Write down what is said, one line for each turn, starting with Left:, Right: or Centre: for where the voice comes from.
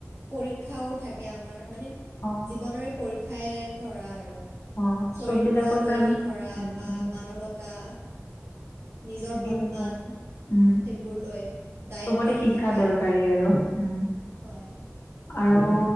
Right: পৰীক্ষাও থাকে আমাৰ মানে
Left: অ
Right: জীৱনেৰে পৰ উঠাই ধৰা আৰু
Left: অ
Right: চৰিত্ৰ
Left: চব বিলাকৰ পৰা
Right: লৈও
Left: আমি
Right: ধৰা
Left: উম
Right: বা
Left: উম
Right: মানৱতা নিজৰ
Left: ঠিকে
Right: সন্মান
Left: কৈছা উম
Right: সেইবোৰ লৈ দায়িত্বও
Left: চবতে শিক্ষা
Right: থাকে
Left: দৰকাৰী আৰু উম
Right: হয়
Left: আৰু